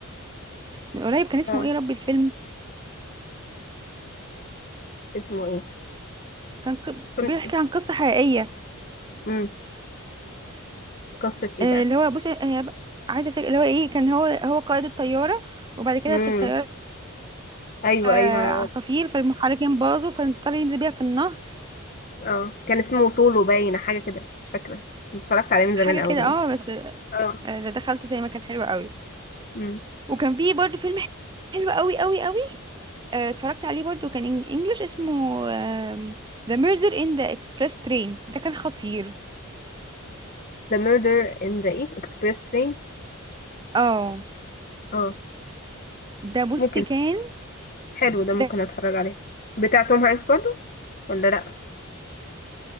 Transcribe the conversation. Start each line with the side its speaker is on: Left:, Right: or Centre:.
Right: من قريب كان اسمه
Left: اه
Right: ايه يا ربي الفيلم
Left: اسمه ايه
Right: كان ق...
Left: كن-
Right: بيحكي عن قصة حقيقية
Left: مم. قصة ايه
Right: آه،
Left: بقى
Right: اللي هو بصي آه، عايزة افتكر اللي هو ايه كان هو هو قائد الطيارة وبعد كده
Left: امم
Right: في الطيارة
Left: ايوه
Right: آه،
Left: ايوه
Right: عصافير فالمحركين باظوا فاضطر ينزل بيها في النهر
Left: اه كان اسمه سولو باين حاجة كده مش فاكرة اتفرجت عليه من
Right: حاجة
Left: زمان قوي
Right: كده
Left: باين
Right: اه بس آه،
Left: اه
Right: ده دخلته زي ما كان حلو قوي
Left: امم
Right: وكان فيه برضو فيلم حلو قوي قوي قوي آه، اتفرجت عليه برضو كان إن- انجلش اسمه آم، The Murder in the Express Train ده كان خطير
Left: The Murder in the ايه Express Train
Right: اه
Left: اه
Right: ده بصي
Left: ممكن
Right: كان
Left: حلو ده ممكن
Right: ده
Left: اتفرج عليه بتاع توم هانكس برضو ولا لا